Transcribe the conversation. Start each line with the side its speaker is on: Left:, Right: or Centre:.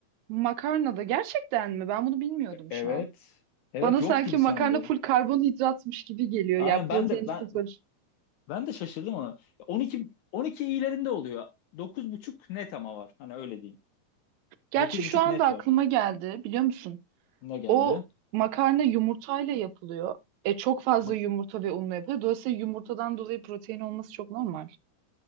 Right: Makarna da gerçekten mi? Ben bunu bilmiyordum
Left: Evet.
Right: şu an.
Left: Evet
Right: Bana
Left: yok
Right: sanki
Left: gibi
Right: makarna
Left: sanılıyor.
Right: full karbonhidratmış gibi geliyor.
Left: Aynen
Right: Yani
Left: ben
Right: proteini
Left: de ben
Right: sıfır.
Left: ben de şaşırdım ona. 12 12 iyilerinde oluyor. Dokuz buçuk net ama var. Hani öyle diyeyim.
Right: Gerçi
Left: Dokuz
Right: şu
Left: buçuk
Right: anda
Left: net
Right: aklıma
Left: var.
Right: geldi biliyor musun?
Left: Ne geldi?
Right: O makarna yumurtayla yapılıyor. E çok fazla
Left: Bak
Right: yumurta ve unla yapılıyor. Dolayısıyla yumurtadan dolayı protein olması çok normal.